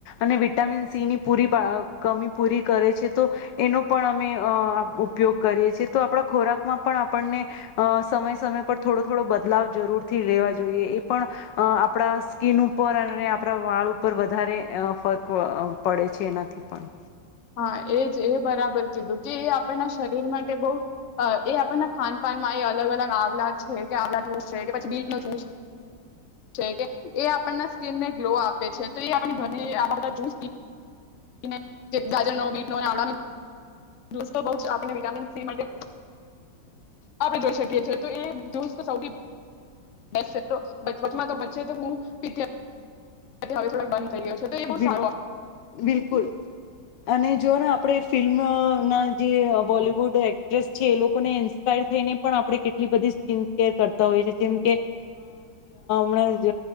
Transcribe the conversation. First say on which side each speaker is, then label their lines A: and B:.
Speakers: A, on the left; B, on the left.
A: અને વિટામિન સી ની પૂરી આ કમી પૂરી કરે છે તો એનો પણ અમે ઉપયોગ કરીએ છેીએ તો આપણા ખોરાકમાં પણ આપણને અ સમય સમય પર થોડો થોડો બદલાવ જરૂર થી લેવા જોઈએ એ પણ અ આપણા સ્કીિન ઉપર અને આપણા વાળ ઉપર વધારે ફર્ક પડે છે એનાથી પણ.
B: હા એ જ એ બરાબર કીધું કે એ આપણના શરીર માટે બહ એ આપણના ખાનપાનમાં એ અલગ અલગ આવલા છે કે આવલા જૂસ છે કે પછી બીટનો જૂસ છે કે એ આપણના સ્કીિનને ગ્લો આપે છે તો એ આપણે <unintelligible> આ બધા જૂસ ને ગારજ નો બીટ નો આવલાનો જુશ તો બો આપણે વિટામિન સી માટે આપણે જોઈ શકીએ છેએ તો એ સૌથી બેસ્ટ છે તો વચમાં તો બચ્ચે તો હુ પીતી હતી હવે થોડાક બંધ થઈ ગયયો છે તો એ બહુ
A: બિલ
B: સારું આવે
A: બિલકુલ અને જો ને આપડે ફિલ્મ ને જે બોલીવુડ એક્ટ્રેસ છે, એ લોકોને ઇન્સ્પાયર થઈને પણ આપણે કેટલી બધી સ્કીિન કેર કરતા હોઈએ છે જેમ કે હમણાં જ